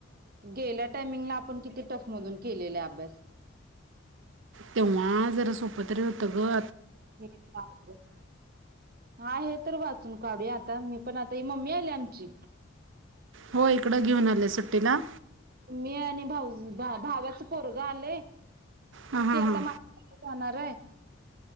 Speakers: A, on the right (about 50°); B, on the right (about 70°).
A: गेल्या टायमिंगला आपण किती? टफ मधून केलेला अभ्यास
B: तेव्हा जरा सोपतरी होतं ग
A: <unintelligible> हा हे तर वाचून काढूया आता मी पण आ ते मम्मी आलीय आमची.
B: हो इकड घेऊन आले सुट्टीला.
A: मी आणि भाऊ भावाच पोरग आलय
B: हां हां
A: ते आता
B: हां
A: <unintelligible> जाणारय